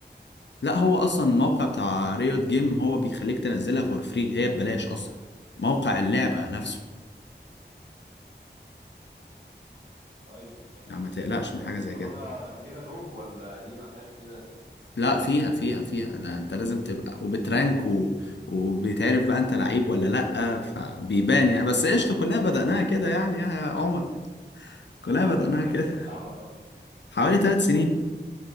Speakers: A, on the left; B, on the right.
A: لا هو أصلا الموقع بتاع ريوت جيم هو بيخليك تنزلها فور فري هي ببلاش أصلا موقع اللعبة نفسه
B: طيب ماشي
A: يعني ما تقلقش من
B: طيب
A: حاجة زي
B: طب
A: كده
B: انا انا كده نوب ولا دي ما فيهاش كده
A: لا فيها فيها فيها ده انت لازم تبقى وبترانك و... وبيتعرف بقى انت لعيب ولا لأ فبيبان يعني بس قشطة كلها بدأناها كده يعني يا عمر
B: <laughs>
A: كلها
B: انت بقالك
A: بدأناها كده
B: قد ايه بتلعبها طب
A: <laughs> حوالي ثلاث سنين